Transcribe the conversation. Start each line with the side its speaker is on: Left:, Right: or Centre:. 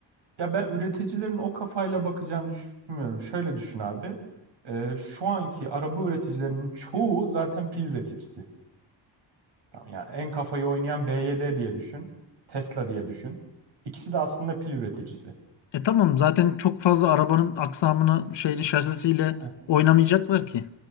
Right: Ya ben üreticilerin o kafayla bakacağını düşünmüyorum. Şöyle düşün abi. Ee, şu anki araba üreticilerinin çoğu zaten pil üreticisi. Tamam, yani en kafayı oynayan BYD diye düşün. Tesla diye düşün. İkisi de aslında pil üreticisi.
Left: E tamam zaten çok fazla arabanın aksamını şeyli şasisiyle
Right: Heh.
Left: oynamayacaklar ki.